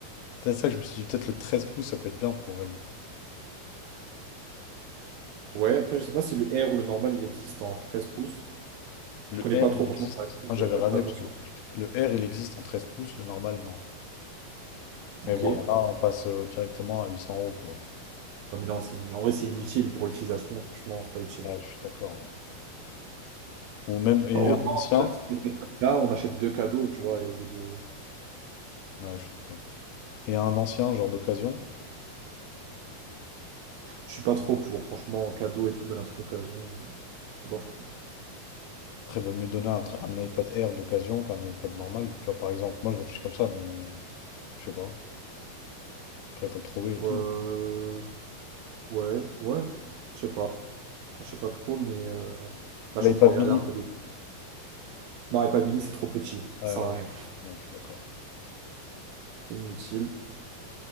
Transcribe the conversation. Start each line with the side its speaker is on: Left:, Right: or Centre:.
Left: C'est ça que je me suis dit, peut-être le 13 pouces, ça peut être bien pour elle.
Right: Ouais, après, je sais pas si le R ou le normal, il existe en 13 pouces.
Left: Le
Right: Je connais
Left: R,
Right: pas trop,
Left: il
Right: franchement,
Left: existe.
Right: ça va être,
Left: Moi, j'avais
Right: euh, mettre
Left: regardé
Right: à jour
Left: parce que
Right: ça.
Left: j'ai acheté. Le R, il existe en 13 pouces, le normal, non.
Right: Ok.
Left: Mais bon, là, on passe euh, directement à 800 euros, quoi.
Right: Non, mais non, c'est- en vrai, c'est inutile pour l'utilisation, franchement, c'est pas utile.
Left: Ouais, je suis d'accord. ouais. Ou même, et
Right: Enfin, autant,
Left: un ancien.
Right: euh, si tu veux te mettre là, on achète deux cadeaux, tu vois, et au lieu de.
Left: Ouais, je suis d'accord. Et un ancien, genre d'occasion.
Right: Je suis pas trop pour, franchement, cadeaux et tout, donner un truc d'occasion. Bof, quoi.
Left: Après, vaut mieux donner un, tra- un iPad Air d'occasion qu'un iPad normal. Tu vois, par exemple, moi, je réfléchis comme ça, mais je sais pas. Après, il faut le trouver et
Right: Euh,
Left: tout.
Right: Ouais, ouais, je sais pas. Je sais pas trop, mais euh, là, je
Left: Et L'iPad
Right: suis en train de regarder
Left: mini.
Right: un peu les. Non, et pas mini, c'est trop petit.
Left: euh,
Right: Ça sert à
Left: ouais,
Right: rien.
Left: Ouais, je suis d'accord.
Right: C'est inutile.